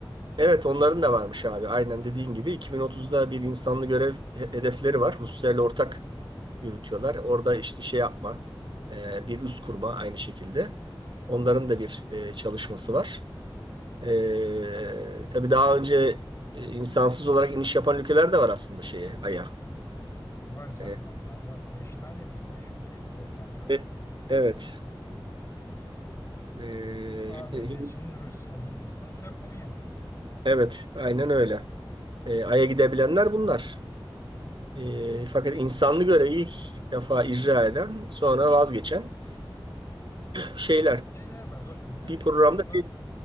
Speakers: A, on the right; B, on the left.
A: Evet onların da varmış abi. Aynen dediğin gibi 2030'da bir insanlı görev he- hedefleri var. Rusya ile ortak yürütüyorlar. Orada işte şey yapma, e, bir üs kurma aynı şekilde. Onların da bir e, çalışması var. E, tabii daha önce e, insansız olarak iniş yapan ülkeler de var aslında şeye, Ay'a.
B: Var canım
A: E,
B: onlar var. 5 tane miydi? 5 ülkeydi toplamda.
A: e, evet. E,
B: ABD,
A: e,
B: Çin, Rusya, Hindistan, Japonya'ydı.
A: evet, aynen öyle. E, Ay'a gidebilenler bunlar. E, fakat insanlı görevi ilk defa icra eden, sonra vazgeçen şeyler.
B: Şeyler var dostum bu
A: Bir programda
B: kavram
A: bir